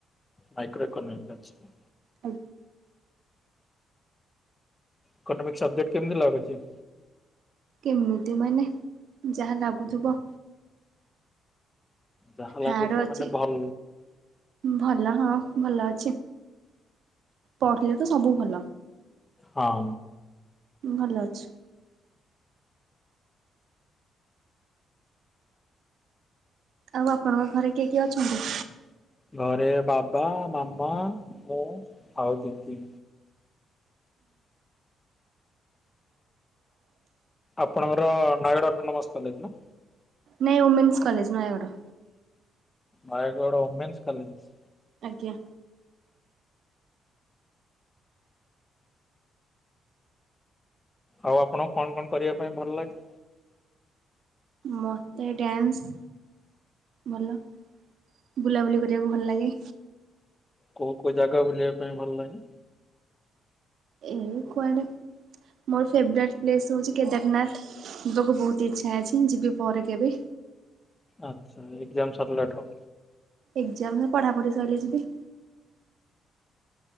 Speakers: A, on the left; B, on the right.
A: ମାଇକ୍ରୋ ଇକୋନମିକ ଆଚ୍ଛା।
B: ଆ <unintelligible>
A: ଇକୋନୋମିକ ସବଜେକ୍ଟ କେମିତି ଲାଗୁଛି?
B: କେମିତି ମାନେ ଯାହା ଲାଗୁଥିବ।
A: ଯାହା ଲାଗୁଥିବ
B: ହାର୍ଡ ଅଛି
A: ମାନେ ଭଲ
B: ଭଲ ହଁ ଭଲ ଅଛି। ପଢିଲେ ତ ସବୁ ଭଲ।
A: ହଁ।
B: ଭଲ ଅଛି। ଆଉ ଆପଣଙ୍କ ଘରେ କିଏ କିଏ ଅଛନ୍ତି।
A: ଘରେ ବାବା ମାମା ମୁଁ ଆଉ ଦିଦି। ଆପଣଙ୍କର ନୟାଗଡ଼ ଅଟୋନମସ କଲେଜ ନା।
B: ନାଇଁ women's college Nayagarh.
A: Nayagarh women's college.
B: ଆଜ୍ଞା।
A: ଆଉ ଆପଣଙ୍କୁ କଣ କଣ କରିବା ପାଇଁ ଭଲ ଲାଗେ?
B: ମୋତେ ଡ୍ୟାନ୍ସ। ଭଲ ବୁଲାବୁଲି କରିବାକୁ ଭଲ ଲାଗେ।
A: କୋଉ କୋଉ ଜାଗା ବୁଲିବା ପାଇଁ ଭଲ ଲାଗେ?
B: ଏ କୁଆଡେ ମୋର ଫେବରେଟ ପ୍ଲେସ ହଉଛି କେଦାରନାଥ। ଯିବାକୁ ବହୁତ ଇଚ୍ଛା ଅଛି ମୁଁ ଯିବି ପରେ କେବେ।
A: ଆଚ୍ଛା ଏକ୍ଜାମ ସରିଲା ଠୁ।
B: ଏକ୍ଜାମ ପଢାପଢି ସଇଲେ ଯିବି।